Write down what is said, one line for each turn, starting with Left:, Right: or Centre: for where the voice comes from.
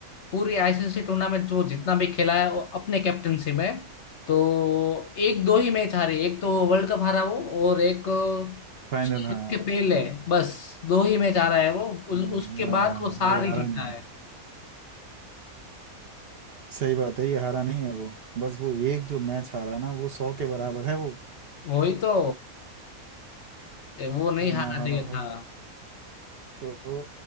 Left: पूरी आईसीसी टूर्नामेंट जो जितना भी खेला है वो अपने कैप्टनसी में तो एक दो ही मैच हारे एक तो वर्ल्ड कप हारा वो और एक
Right: फाइनल
Left: शायद
Right: हाँ
Left: उसके पहले बस दो ही मैच हारा है वो उ,
Right: हाँ
Left: उसके
Right: हाँ
Left: बाद
Right: हाँ
Left: वो
Right: हाँ,
Left: सारी
Right: वो हारा
Left: जीता
Right: नहीं
Left: है
Right: सही बात है ये हारा नहीं है वो बस वो एक जो मैच हारा ना वो सौ के बराबर है वो
Left: वही तो ए, वो नहीं
Right: वो
Left: हारना
Right: ना हारा
Left: चाहिए
Right: होता
Left: था
Right: तो